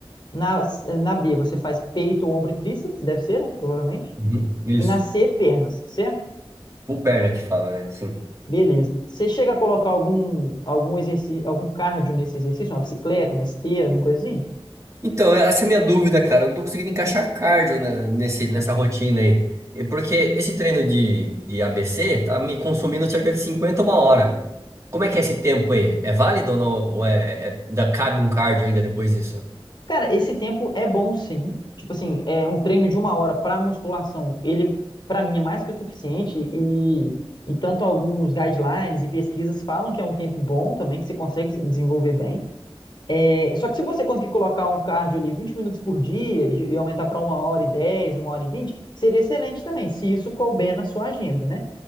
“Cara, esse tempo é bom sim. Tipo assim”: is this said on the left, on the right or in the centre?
Left